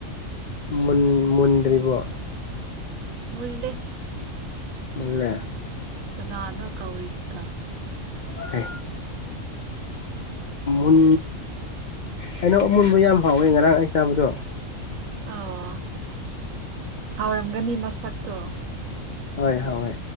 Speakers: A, on the left (about 90°); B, on the right (about 85°).
A: ꯃꯟ ꯃꯨꯟꯗ꯭ꯔꯤꯕ
B: ꯃꯨꯜꯂꯦ
A: ꯄꯨꯂꯦ
B: ꯀꯅꯥꯅꯣ ꯀꯧꯔꯤꯗꯨꯅ
A: ꯍ ꯨꯟ ꯍꯩꯅꯧ ꯑꯃꯨꯟꯕ ꯌꯥꯝ ꯍꯥꯎꯋꯦ ꯉꯔꯥꯡ ꯑꯩ ꯆꯥꯕꯗꯣ
B: ꯑꯣ ꯍꯥꯎꯔꯝꯒꯅꯤ ꯃꯁꯛꯇꯣ
A: ꯍꯣꯏ ꯍꯣꯏ